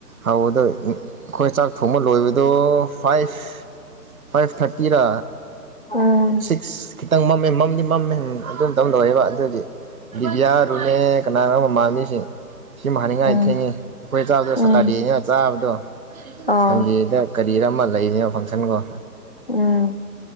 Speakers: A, on the right (about 55°); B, on the left (about 35°).
A: ꯍꯧꯕꯗꯨ ꯑꯩꯈꯣꯏ ꯆꯥꯛ ꯊꯣꯡꯕ ꯂꯣꯏꯕꯗꯣ ꯐꯥꯏꯚ ꯐꯥꯏꯚ ꯊꯥꯔꯇꯤꯔꯥ
B: ꯎꯝ
A: ꯁꯤꯛꯁ ꯈꯤꯇꯪ ꯃꯦꯝ ꯃꯝꯗꯤ ꯃꯝꯃꯦ ꯑꯗꯨ ꯃꯇꯝ ꯂꯣꯏꯔꯦꯕ ꯑꯗꯨꯗꯤ ꯕꯤꯌꯥꯗꯨꯅꯦ ꯀꯌꯥꯅꯣ ꯃꯃꯥꯟꯃꯤꯁꯤꯡ ꯁꯤꯃ ꯍꯅꯤꯡꯉꯥꯏ
B: ꯎꯝ
A: ꯊꯦꯡꯉꯤ ꯑꯩꯈꯣꯏ ꯆꯥꯗ
B: ꯎꯝ
A: ꯁꯇꯥꯗꯤ
B: ꯎꯝ
A: ꯆꯥꯕꯗꯣ
B: ꯑꯣ
A: ꯁꯟꯗꯦꯗ ꯀꯔꯤꯔ ꯑꯃ ꯂꯩꯔꯤꯅꯦ ꯐꯪꯁꯟꯀꯣ
B: ꯎꯝ